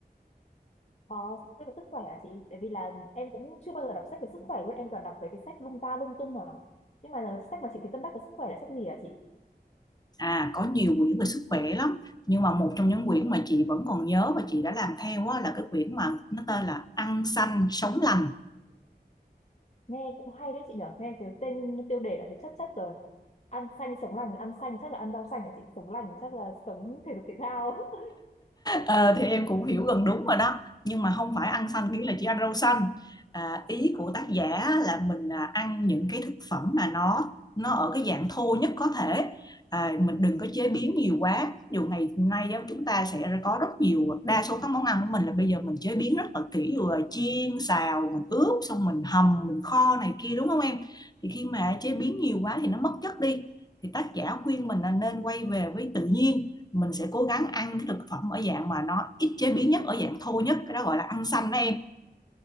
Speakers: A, on the left; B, on the left.
A: Ờ, sách về sức khỏe hả chị? Tại vì là em cũng chưa bao giờ đọc sách về sức khỏe luôn, em toàn đọc về cái sách lung ta lung tung mà. Nhưng mà là sách mà chị thấy tâm đắc về sức khỏe là sách gì hả chị?
B: À có nhiều quyển về sức khỏe lắm Nhưng mà một trong những quyển mà chị vẫn còn nhớ Và chị đã làm theo á, là cái quyển mà Nó tên là Ăn xanh sống lành
A: Nghe cũng hay đấy chị nhở, nghe cái tên tiêu đề đã thấy chất chất rồi. Ăn xanh sống lành, ăn xanh chắc là ăn rau xanh hả chị? Sống lành thì chắc là sống thể dục thể thao. <laughs>
B: Ờ, thì em cũng hiểu gần đúng rồi đó nhưng mà không phải ăn xanh nghĩa là chỉ ăn rau xanh à, ý của tác giả là mình à, ăn những cái thực phẩm mà nó nó ở cái dạng thô nhất có thể à, mình đừng có chế biến nhiều quá dù ngày nay á, chúng ta sẽ có rất nhiều đa số các món ăn của mình là bây giờ mình chế biến rất là kỹ rồi chiên xào mình ướp xong mình hầm mình kho này kia đúng không em thì khi mà chế biến nhiều quá thì nó mất chất đi thì tác giả khuyên mình là nên quay về với tự nhiên mình sẽ cố gắng ăn cái thực phẩm ở dạng mà nó ít chế biến nhất ở dạng thô nhất cái đó gọi là ăn xanh đó em